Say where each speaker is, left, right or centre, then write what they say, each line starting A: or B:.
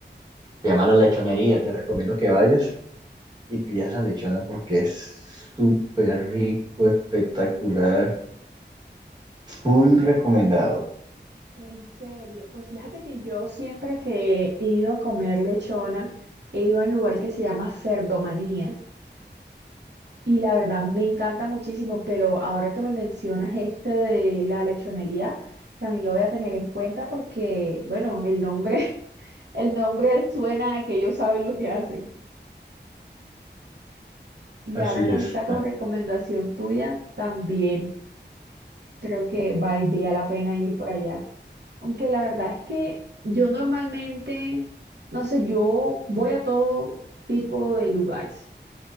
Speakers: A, on the right (about 20°); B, on the right (about 70°).
A: Se llama La Lechonería, te recomiendo que vayas y pidas la lechona porque es súper rico, espectacular, full recomendado.
B: en serio. Pues fíjate que yo siempre que he ido a comer lechona, he ido a un lugar que se llama Cerdomanía y la verdad me encanta muchísimo, pero ahora que me mencionas este de la lechonería, también lo voy a tener en cuenta porque, bueno, el nombre, <laughs> el nombre suena a que ellos saben lo que hacen. Y
A: Así
B: ahora con
A: es.
B: esta co- recomendación tuya, también. creo que valdría la pena ir por allá. Aunque la verdad es que yo normalmente, no sé, yo voy a todo tipo de lugares.